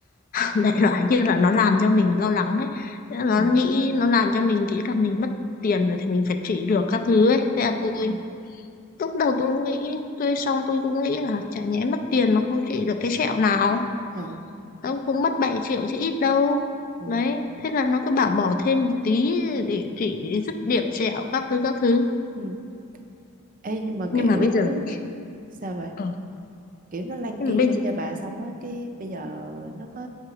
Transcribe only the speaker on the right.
ừ
ừ
ừ
ừ
ừ. Ê nhưng mà
kiểu
sao vậy
kiểu nó lan
kim
lên
cho bà xong á cái bây giờ nó có